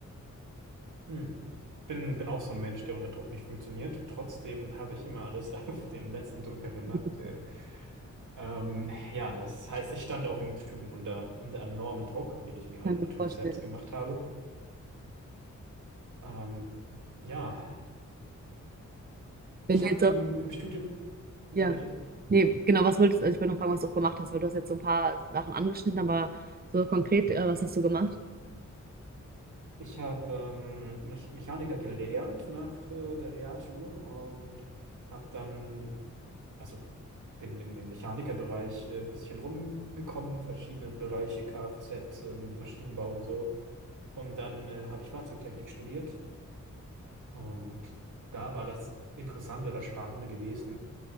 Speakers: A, on the right; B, on the right.
A: Hm. Bin, bin auch so ein Mensch, der unter Druck nicht funktioniert. Trotzdem habe ich immer alles <laughs> auf dem letzten Drücker gemacht.
B: Ich
A: Ja. Ähm, ja, das heißt, ich stand auch im Studium unter, unter enormen Druck, den ich mir halt
B: Kann
A: natürlich
B: mir vorstellen.
A: selbst gemacht habe. Ähm, ja,
B: Wenn
A: ich
B: du
A: habe
B: jetzt auch,
A: im, im Studium, ja
B: ja.
A: bitte,
B: Nee, genau, was wolltest du, ich wollte noch fragen, was du auch gemacht hast, weil du hast jetzt so ein paar Sachen angeschnitten, aber so konkret, äh, was hast du gemacht?
A: ich habe ähm, Mech Mechaniker gelernt nach äh, der Realschule und habe dann, also bin im, im Mechanikerbereich äh, ein bisschen rumgekommen, verschiedene Bereiche, Kfz, ähm, Maschinenbau und so. Und dann äh, habe ich Fahrzeugtechnik studiert und da war das Interessante, das Spannende gewesen,